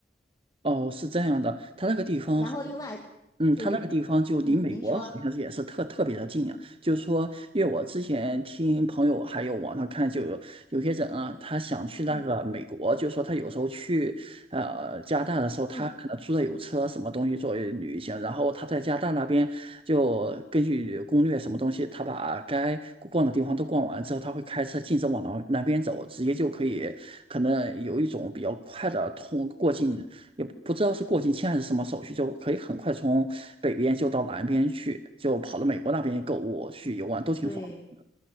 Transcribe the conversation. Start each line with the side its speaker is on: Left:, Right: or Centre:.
Right: <laughs> 哦，是这样的，它那个地方好
Left: 然后另外，
Right: 嗯，
Left: 对对对，
Right: 他那个地方就离美国好像是也是特特别的近啊。
Left: 嗯，您说，
Right: 就是说，因为我之前听朋友还有网上看，就有有些人啊，他想去那个美国，
Left: 嗯
Right: 就是说他有时候去呃加拿大的时候，
Left: 嗯，
Right: 他可能租的有车什么东西作为旅行，然后他在加拿大那边就根据攻略什么东西，他把该逛的地方都逛完之后，他会开车径直往南南边走，直接就可以可能有一种比较快的通过境也不知道是过境签还是什么手续，就可以很快从北边就到南边去，就跑到美国那边购物去游玩都挺方便。
Left: 对